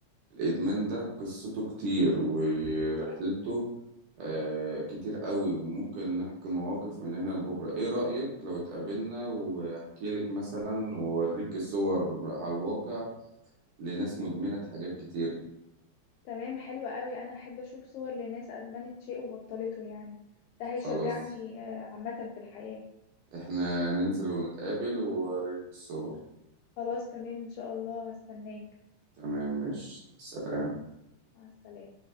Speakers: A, on the right; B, on the left.
A: الإدمان
B: م.
A: ده قصته كتير ورحلته آه، كتير قوي وممكن نحكي مواقف من هنا لبكرة ايه رأيك لو اتقابلنا واحكي لك مثلا واوريك الصور على الواقع لناس مدمنة حاجات كتير
B: تمام حلو قوي انا احب اشوف صور لناس ادمنت شيء وبطلته يعني ده هيشجعني
A: خلاص
B: آه، عامة في الحياة
A: احنا ننزل ونتقابل واوريلك الصور
B: خلاص تمام ان شاء الله هستناك
A: تمام مش سلام
B: مع السلامة